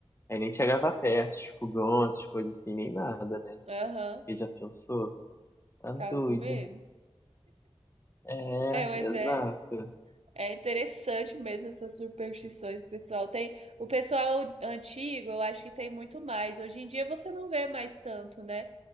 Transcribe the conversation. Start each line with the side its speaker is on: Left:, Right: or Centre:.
Left: aí nem chegava perto, de fogão, essas coisas assim, nem nada, né?
Right: Aham,
Left: Porque já pensou? Tá
Right: ficava
Left: doido.
Right: com medo.
Left: É,
Right: É, mas
Left: exato.
Right: é, é interessante mesmo essas superstições, pessoal. Tem o pessoal antigo, eu acho que tem muito mais. Hoje em dia você não vê mais tanto, né?